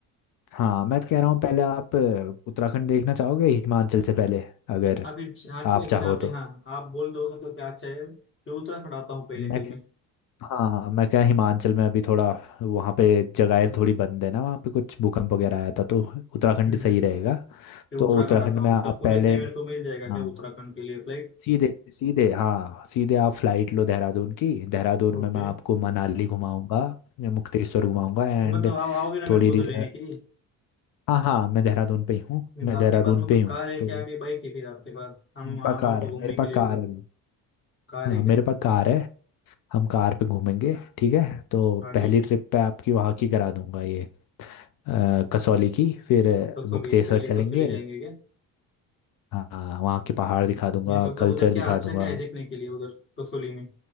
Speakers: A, on the left; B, on the left.
A: हाँ मैं तो कह रहा हूँ पहले आप अ, उत्तराखंड देखना चाहोगे हिमाचल से पहले अगर
B: अभी हाँ चलिए
A: आप चाहो
B: फिर आप
A: तो
B: यहाँ आप बोल दो मतलब क्या अच्छा है फिर उत्तराखंड आता हूँ पहले
A: मैं
B: फिर मैं
A: हाँ मैं क्या हिमाचल में अभी थोड़ा वहाँ पे जगहें थोड़ी बंद है ना वहाँ पे कुछ भूकंप वगैरह आया था तो उत्तराखंड
B: हम्म
A: सही
B: हम्म
A: रहेगा
B: फिर उत्तराखंड
A: तो उत्तराखंड
B: आता हूँ
A: में
B: मतलब
A: आप
B: पुणे
A: पहले
B: से मेरे को मिल जाएगा
A: हाँ
B: क्या उत्तराखंड के लिए फ्लाइट
A: सीधे सीधे हाँ सीधे आप फ्लाइट लो देहरादून की देहरादून
B: ओके
A: में मैं आपको मनाली घुमाऊंगा मुक्तेश्वर घुमाऊंगा एंड
B: तो मतलब आप आओगे ना मेरे
A: थोड़ी
B: को
A: रि-
B: उधर लेने के लिए
A: हाँ हाँ मैं देहरादून पे ही हूँ
B: मीन्स
A: मैं
B: आपके
A: देहरादून
B: पास मतलब
A: पे ही हूँ
B: कार है
A: तो
B: क्या अभी बाइक है फिर आपके पास हम
A: मेरे
B: हमारे
A: पास कार
B: को
A: है
B: घूमने
A: मेरे
B: के
A: पास
B: लिए
A: कार
B: उधर
A: है
B: कार
A: हाँ
B: है क्या
A: मेरे पास कार है हम कार पे घूमेंगे ठीक है तो
B: हाँ ठीक
A: पहली
B: है
A: ट्रिप पे आपकी वहाँ की करा दूंगा ये अ, कसौली की फिर
B: कसौली
A: मुक्तेश्वर
B: पहले
A: चलेंगे
B: कसौली जाएंगे क्या
A: हाँ वहाँ के पहाड़ दिखा दूंगा
B: मीन्स मतलब
A: कल्चर
B: उधर क्या
A: दिखा
B: अच्छा
A: दूंगा
B: क्या है देखने के लिए उधर कसौली में